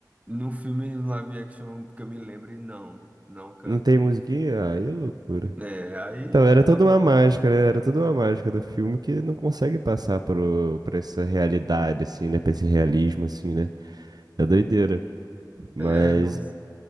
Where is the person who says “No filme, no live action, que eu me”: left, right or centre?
Right